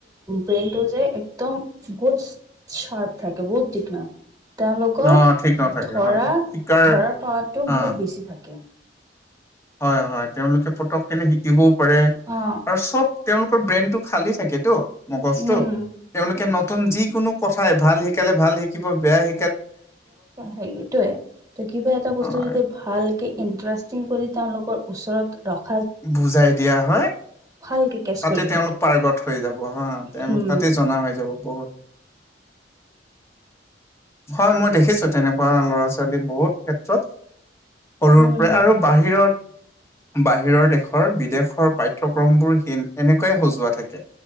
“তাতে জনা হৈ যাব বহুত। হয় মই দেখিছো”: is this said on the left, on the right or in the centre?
Left